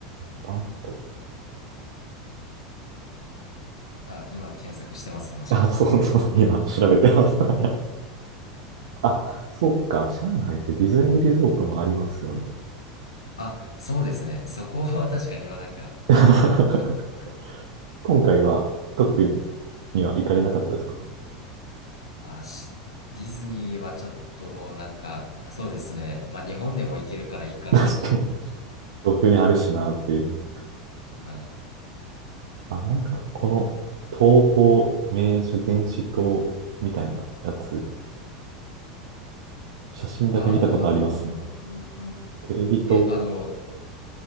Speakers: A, on the right; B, on the left.
A: バンド。
B: あ、今検索してます、
A: <laughs>
B: もしかしたら。
A: あ、そうそう、今調べてます。<laughs> あ、そうか、上海ってディズニーリゾートもありますよね。
B: あ、そうですね。そこは <laughs> 確かに言わなきゃいけなかったかも。
A: <laughs>
B: <laughs>
A: 今回は特には行かれなかったですかね。
B: あ、し、ディズニーはちょっと、なんか、そうですね。まあ、日本でも行けるからいいかなって。
A: <laughs> 確かに、確かに。東京にあるしなっていう。
B: はい。
A: あ、なんか、この東方明珠電子塔みたいなやつ、写真だけ見たことありますね。
B: あー。
A: テレビと、
B: え、あの、